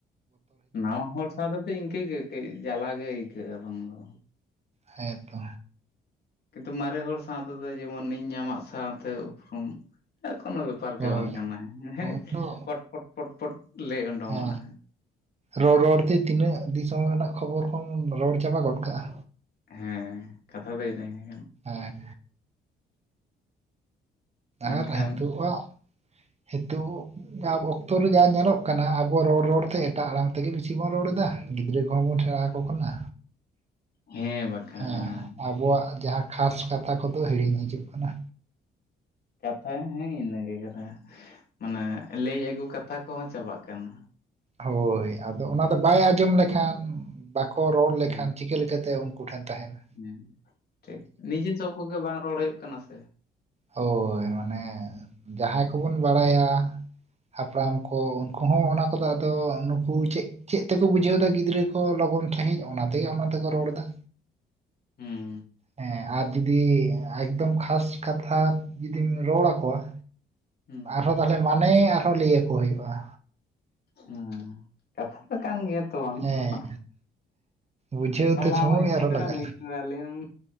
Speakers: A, on the left (about 55°); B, on the right (about 35°).
A: ᱱᱟᱣᱟ ᱦᱚᱲ ᱥᱟᱶᱛᱮᱫᱚ ᱤᱸᱠᱟᱹᱜᱮ ᱠᱟᱹᱡ ᱡᱟᱞᱟ ᱜᱮ ᱟᱹᱭᱠᱟᱹᱜᱼᱟ ᱵᱟᱝ ᱫᱚ।
B: ᱦᱮᱸ ᱛᱚ
A: ᱠᱤᱸᱛᱩ ᱢᱟᱨᱮ ᱦᱚᱲ ᱥᱟᱶᱛᱮᱫᱚ ᱡᱮᱢᱚᱱ ᱤᱧ ᱟᱢᱟᱜ ᱥᱟᱶᱛᱮ ᱩᱯᱨᱩᱢ। ᱦᱮᱸ ᱠᱳᱱᱳ ᱵᱮᱯᱟᱨ
B: ᱦᱳᱭ
A: ᱜᱮ ᱵᱟᱝ ᱠᱟᱱᱟ, ᱦᱮᱸ
B: ᱩᱱ
A: ᱦᱮᱸᱜ
B: ᱫᱚ
A: ᱯᱚᱴ ᱯᱚᱴ ᱯᱚᱴ ᱯᱚᱴ ᱞᱮᱭ ᱚᱸᱰᱳᱝ
B: ᱦᱮᱸ
A: ᱚᱜᱼᱟ।
B: ᱨᱚᱲ ᱨᱚᱲ ᱛᱮ ᱛᱤᱱᱟᱹᱜ ᱫᱤᱥᱚᱢ ᱨᱮᱱᱟᱜ ᱠᱷᱚᱵᱚᱨ ᱠᱚᱢ ᱨᱚᱲ ᱪᱟᱵᱟ ᱜᱚᱫ ᱠᱟᱜᱼᱟ
A: ᱦᱮᱸ ᱠᱟᱛᱷᱟ ᱫᱚ ᱤᱱᱟᱹ ᱜᱮ।
B: ᱟᱨ
A: ᱢᱮᱱᱠᱷᱟᱱ
B: ᱟᱨ ᱦᱤᱛᱚᱜ ᱟᱜ ᱦᱤᱛᱚᱜ ᱡᱟ ᱚᱠᱛᱚ ᱨᱮ ᱡᱟ ᱧᱮᱞᱚᱜ ᱠᱟᱱᱟ ᱟᱵᱚ ᱨᱚᱲ ᱨᱚᱲ ᱛᱮ ᱮᱴᱟᱜ ᱟᱲᱟᱝ ᱛᱮᱜᱮ ᱵᱤᱥᱤ ᱵᱚᱱ ᱨᱚᱲ ᱮᱫᱟ। ᱜᱤᱫᱽᱨᱟᱹ ᱠᱚ ᱦᱚᱸ ᱵᱚᱱ ᱴᱷᱮᱨᱟ ᱟᱠᱚ ᱠᱟᱱᱟ।
A: ᱦᱮᱸ ᱵᱟᱠᱷᱟᱱ
B: ᱦᱮᱸ ᱟᱵᱚᱣᱟᱜ ᱡᱟᱦᱟ ᱠᱷᱟᱥ ᱠᱟᱛᱷᱟ ᱠᱚᱫᱚ ᱦᱤᱲᱤᱧ ᱦᱤᱡᱩᱜ ᱠᱟᱱᱟ।
A: ᱠᱟᱛᱷᱟ ᱞ ᱦᱮᱸ ᱤᱱᱟᱹᱜᱮ ᱠᱟᱱᱟ। ᱢᱟᱱᱮ ᱞᱟᱹᱭ ᱟᱹᱜᱩ ᱠᱟᱛᱷᱟ ᱠᱚᱦᱚᱸ ᱪᱟᱵᱟᱜ ᱠᱟᱱᱟ।
B: ᱦᱳᱭ ᱟᱫᱚ ᱚᱱᱟ ᱫᱚ ᱵᱟᱭ ᱟᱸᱡᱚᱢ ᱞᱮᱠᱷᱟᱱ ᱵᱟᱠᱚ ᱨᱚᱲ
A: ᱦᱮᱸ
B: ᱞᱮᱠᱷᱟᱱ ᱪᱤᱠᱟᱹ ᱞᱮᱠᱟᱛᱮ ᱩᱱᱠᱩ ᱴᱷᱮᱱ ᱛᱟ‍ᱸᱦᱮᱱᱟ।
A: ᱦᱮᱸ ᱴᱷᱤᱠ ᱱᱤᱡᱮᱥᱚᱵ ᱠᱚᱜᱮ ᱵᱟᱝ ᱨᱚᱲ ᱦᱩᱭᱩᱜ ᱠᱟᱱᱟ ᱥᱮ।
B: ᱦᱳᱭ ᱢᱟᱱᱮ ᱡᱟᱸᱦᱟᱭ ᱠᱚᱵᱚᱱ ᱵᱟᱲᱟᱭᱟ ᱦᱟᱯᱲᱟᱢ ᱠᱚ ᱩᱱᱠᱩ ᱦᱚᱸ ᱚᱱᱟ ᱠᱚᱫᱚ ᱟᱫᱚ ᱱᱩᱠᱩ ᱪᱮᱫ ᱪᱮᱫ ᱛᱮᱠᱚ ᱵᱩᱡᱷᱟᱹᱣ ᱮᱫᱟ ᱜᱤᱫᱽᱨᱟᱹ ᱠᱚ ᱞᱚᱜᱚᱱ ᱥᱟᱸᱦᱤᱡ ᱚᱱᱟ ᱛᱮᱜᱮ ᱚᱱᱟ ᱛᱮᱠᱚ ᱨᱚᱲ ᱮᱫᱟ।
A: ᱦᱩᱸ
B: ᱦᱮᱸ ᱟᱨ ᱡᱩᱫᱤ ᱮᱠᱫᱚᱢ ᱠᱷᱟᱥ ᱠᱟᱛᱷᱟ ᱡᱩᱫᱤᱢ ᱨᱚᱲ ᱟᱠᱚᱣᱟ।
A: ᱦᱩᱸ
B: ᱟᱨᱦᱚᱸ ᱛᱟᱦᱚᱞᱮ ᱢᱟᱱᱮ ᱟᱨᱦᱚᱸ ᱞᱟᱹᱭ ᱟᱠᱚ ᱦᱩᱭᱩᱜᱼᱟ।
A: ᱦᱮᱸ ᱠᱟᱛᱷᱟ ᱫᱚ ᱠᱟᱱ ᱜᱮᱭᱟ ᱛᱚ ᱵᱟᱝᱢᱟ
B: ᱦᱮᱸ ᱵᱩᱡᱷᱟᱹᱣ
A: ᱛᱟᱦᱟᱞᱮ
B: ᱛᱮ ᱥᱚᱢᱚᱭ
A: ᱟᱢ ᱦᱚᱸ ᱮᱴᱠᱮᱴᱚᱬᱮᱢ
B: ᱟᱨᱦᱚᱸ ᱞᱟᱜᱟᱜᱼᱟ
A: ᱵᱩᱡ ᱠᱮᱫᱟ ᱞᱟᱹᱭ ᱟᱢ